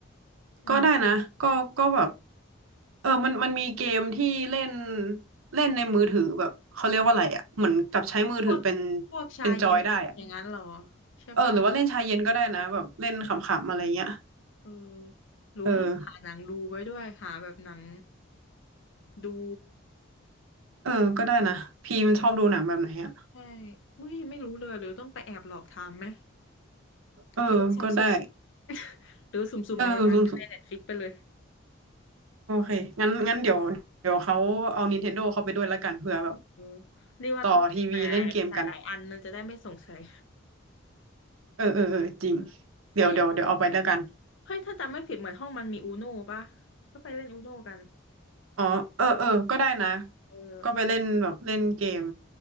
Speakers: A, on the left; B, on the right.
A: อืม
B: ก็ได้นะก็ก็แบบเออมันมันมีเกมที่เล่นเล่นในมือถือแบบเขาเรียกว่าอะไรอ่ะเหมือนกับใช้มือถือเป็น
A: พวกพวกชาเย็นอย่างนั้นเหรอ
B: เป็นจอยได้อ่ะ
A: ใช่ปะ
B: เออหรือว่าเล่นชายเย็นก็ได้นะแบบเล่นขำๆอะไรเงี้ย
A: เออหรือว่าหาหนังดูไว้ด้วยหาแบบหนัง
B: เออ
A: ดู
B: เออก็ได้นะพีมชอบดูหนังแบบไหนอ่ะ
A: เออใช่เฮ้ยไม่รู้เลยหรือต้องไปแอบหลอกทำไหม
B: เออก็ได้
A: หรือว่าสุ่มๆ <laughs> หรือสุ่มๆเอาอย่างในเน็ตฟิกไปเลย
B: เออโอเคงั้นงั้นเดี๋ยวเดี๋ยวเขาเอา Nintendo เขาไปด้วยแล้วกันเผื่อแบบ
A: เออนี่ว่าต้องเป็น
B: ต่อทีวีเล่นเกมกัน
A: หลายหลายๆอันมันจะได้ไม่สงสัย
B: เออเออเออจริง
A: เออ
B: เดี๋ยวเดี๋ยวเดี๋ยวเอาไปแล้วกัน
A: เฮ้ยเฮ้ยถ้าจำไม่ผิดเหมือนห้องมันมีอูโน่ปะก็ไปเล่นอูโน่กัน
B: อ๋อเออเออก็ได้นะ
A: เออ
B: ก็ไปเล่นแบบเล่นเกม